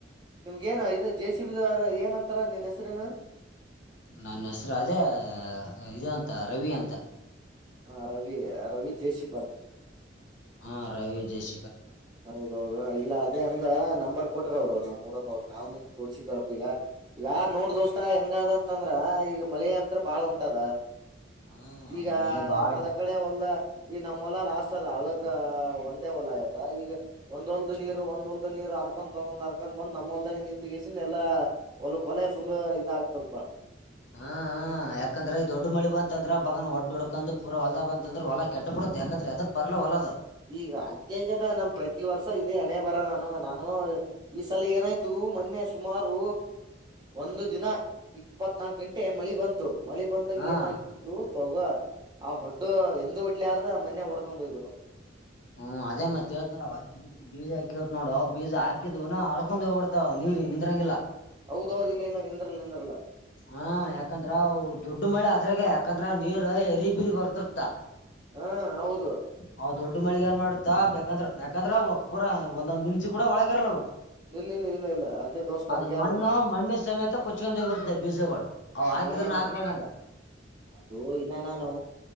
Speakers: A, on the right; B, on the left.
A: ನಿಮ್ಗೇನು ಇದು ಜೆ ಸಿಬಿದವ ಏನ್ ಅಂತಾರ ನಿನ್ ಹೆಸ್ರೇನು
B: ನನ್ನ ಹೆಸರು ಅದೇ ಇ ಅಂತ ರವಿ ಅಂತ
A: ಹ ರವಿ ರವಿ ಜಯಶಿ
B: ಹಾ ರ ಜಸ
A: ಹೌದೌದು ಇಲ್ಲ ಹಾಗೆ ಅ ನಂಬರ್ ಕೊಟ್ರ ಅವ್ರು ನಮ್ಮ್ ಮೂರನ್ೋ್ ನಾವ್ ನಿ ತೋಡ್ಸಿದಾರಪ್ಪ ಈಗ ಈಗ ನೋಡ್ ದೋಸ್ತಾ ಹೆಂಗ ಅಂತಂದ್ರ ಈಗ ಮಳೆ ಅಂತ ಹ ಬಾಳ ಉಂಟದ
B: ಹಾ
A: ಈಗ
B: ಮಳೆ ಬಾಳ
A: ಎಕಡದಕಡೆ ಒಲ್ಲ ಈಗ ನಮ್ಮ್ ಹೊಲ ಲಾಸ್ಟ್ ಅದ್ ಹಳಗ ಒಂದೇ ಹೊಲ ಆಯ ಒಂದ್ಲ್ ನೀರು ಒಂದ ಒಲ್ದ ನೀರ್ ಅರ್ಕ ಒ್ ಅರ್ಕಂತ ಬಂದ್ ಲ್ದಾಗ ನಿಂತಗಸ ಎಲ್ಲಾ ಒಲ್ ಕೊಲೆ ಫುಲ್ ಇದ ಆಾಗತಲ್ಪಾ
B: ಹಾ ಯಾಕಂದ್ರೆ ಈ ದೊಡ್ಡ ಮಳಿ ಬಂತಂದ್ರ ಬಗನ್ ಒಡ್ ಹುಡಕಂದ್ ಪುರ ಹೊಲ್ದ ಬಂತಂದ್ರ ಹೊಲ ಕೆಟ್ಟ ಬಿಡ ಯಾಕಂದ್ರೆ ಅದಕ್ ಬರ್ಲ್ಲ ಒಲದ
A: ಈಗ ಹಂಗಗೆ ಹಗದ ನಮ್ ಪ್ರತಿ ವರ್ಷ ಇದೆ ಎಣೆ ಬರ ನಾನು ನಾನು ಈ ಸಲ ಏನಾಯ್ತು ಮೊನ್ನೆ ಸುಮಾರು ಒಂದು ದಿನ ಇಪ್ಪತ್ನಾಾಕು ಗಂಟೆ ಮಳಿ ಬಂತು ಮಳೆ ಬಂದಾಗ
B: ಹಾ
A: ಏನಾಗಗ್ಬಿಡ್ತು ತೋಗ ಆ ಹೊುಡ್ಡು ಎಂದ ಉಡ್ಲಿ ಆಾರ್ದ ಮನ್ಯಾಗ ಹೊಡ್ಕೊಂಡ್ ಹೋಗ್ಬಿಟ್ಟದ
B: ಹ್ಮ್ ಅದೇ ಮತ್ತ್ತೇವತ್ನಲ ಹತ್ತ ಬಿತ್ ಬೀಜ ಹಾಕಿರತ್ತತ್ ನೋಡ್ ಬೀಜ ಹಾಕಿದ್ುನಾ ಅಡ್ಕೊಂಡೋಗಡ್ತಾವ ನೀ ರಿ ನಿಂದ್ರಂಗಿಲ್ಲ
A: ಹೌದೌದ ಇಲ್ಲ ಇಲ್ಲ ನಿಂದ್ರಲ್ಲ ನಿಂದ್ರಲ್ಲ
B: ಹಾ ಯಾಕಂದ್ರ ದೊಡ್ ಮಳೆ ಅದ್ರಾಗ ಯಾಕಂದ್ರ ನೀರ್ ಎರಿ ಬಿೀರಿ ಬರ್ತರ್ತ್ತ
A: ಹಾ ಹೌದು
B: ಅವವು ದೊಡ್ಡ ಮಳಗ್ ಏನ್ ಮಾಡ್ತಾ ಬೇಕಂದ್ರೆ ಯಾಕಂದ್ರ ಅವವು ಪೂರಾ ಒಂದೊಂದ ನಿಮಿ ಕೂಡ ಒಳಗರಲ್ಲವು
A: ಇಲ್ಲ ಇಲ್ಲ ಇಲ್ಲ ಇಲ್ಲ ಅದೇ ದೋಸ್ತ್
B: ಅದು
A: ಹಂಗೆ
B: ಮಣ್ಣು
A: ಅದ ನೋಡ
B: ಮಣ್ಣು ಸಮೇತ ಕೊಚ್ಕೊಂಡ ಬರ್ತೇ ಅವ್ ಹಾಕಿದ್ರ
A: ಹ
B: ಹಾಕ್ಂಗ
A: ಅದು ಇನ್ನ ನಾನು